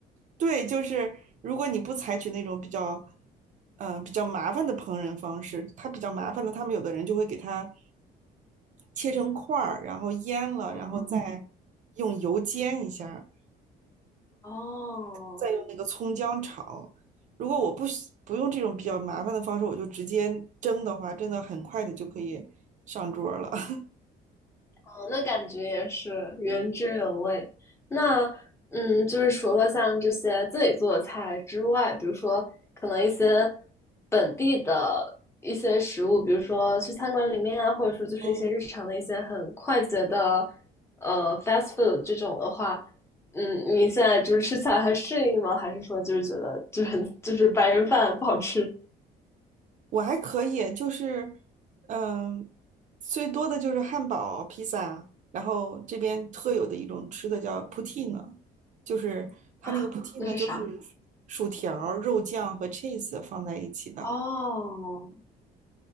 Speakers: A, on the right (about 45°); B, on the left (about 15°).
A: 对，就是如果你不采取那种比较，嗯、比较麻烦的烹饪方式，它比较麻烦的，他们有的人就会给它切成块儿，然后腌了，
B: <laughs> 哦
A: 然后嗯再用油煎一下儿
B: 哦，
A: 再用那个葱姜炒。如果我不喜不用这种比较麻烦的方式，我就直接蒸的话，真的很快的就可以上桌儿了。<laughs>
B: 哦，那感觉也是原汁原味。那嗯，就是除了像这些自己做的菜之外，比如说可能一些本地的一些食物，比如说去餐馆里面啊，或者说就是一些日常的一些很快捷的
A: 嗯
B: 呃 fast food 这种的话，嗯，你现在就是吃起来还适应吗？还是说就是觉得就是就是白人饭不好吃
A: 我还可以，就是，嗯、最多的就是汉堡、披萨，然后这边特有的一种吃的叫 poutine，就是它那个
B: <laughs> 啊？
A: poutine
B: 那是啥？
A: 就是薯条儿肉酱和 cheese 放在一起的。
B: 哦，